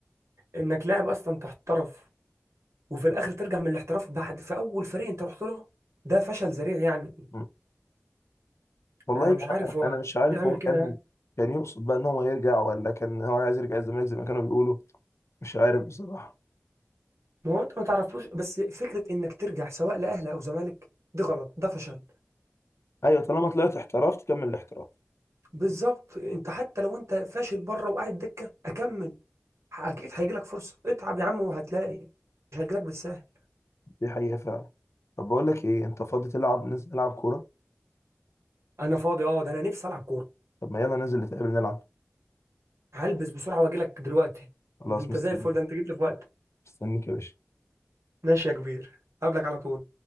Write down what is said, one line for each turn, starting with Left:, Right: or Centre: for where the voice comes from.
Right: انك لاعب اصلا تحترف وفي الاخر ترجع من الاحتراف بعد في اول فريق انت رحت له ده فشل ذريع يعني
Left: م. والله
Right: انا
Left: انا
Right: مش عارف
Left: انا
Right: هو
Left: أنا مش عارف
Right: يعمل
Left: هو كان
Right: كده يعني
Left: كان يقصد بقى ان هو يرجع ولا كان هو عايز يرجع الزمالك زي ما كانوا بيقولوا مش عارف بصراحه
Right: ما هو انت ما تعرفوش بس فكره انك ترجع سواء لاهلي او زمالك دي غلط ده فشل
Left: ايوه طالما طلعت احتراف تكمل الاحتراف
Right: بالظبط انت حتى لو انت فاشل بره وقاعد دكه اكمل اكيد هيجيلك فرصه اتعب يا عم وهتلاقي مش هتجيلك بالسهل
Left: دي حقيقة فعلا طب بقول لك ايه انت فاضي تلعب ننزل نلعب كورة
Right: انا فاضي اه ده انا نفسي العب كوره
Left: طب ما يلا ننزل نتقابل نلعب
Right: هلبس بسرعه واجيلك دلوقتي
Left: خلاص
Right: ده انت
Left: مستني
Right: زي الفل ده انت جيت لي في وقت
Left: مستنيك يا باشا
Right: ماشي يا كبير قبلك على طول